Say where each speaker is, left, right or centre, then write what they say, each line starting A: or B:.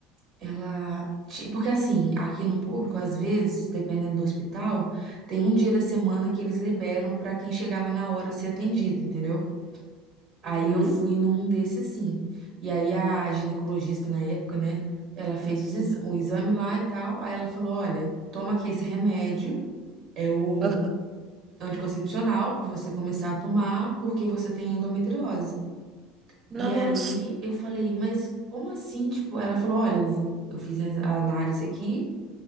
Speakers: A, on the right; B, on the right.
A: ela. ti- Porque assim, aqui no público, às vezes, dependendo do hospital, tem um dia da semana que eles liberam pra quem chegar lá na hora ser atendido, entendeu? Aí
B: uhum,
A: eu fui num desse assim. E aí a ginecologista na época, né? Ela fez os ex- o exame lá e tal. Aí ela falou: olha, toma aqui esse remédio, é o
B: aham.
A: anticoncepcional pra você começar a tomar, porque você tem endometriose.
B: Nossa.
A: E aí eu falei, mas como assim? Tipo, ela falou: olha, eu, eu fiz a a análise aqui.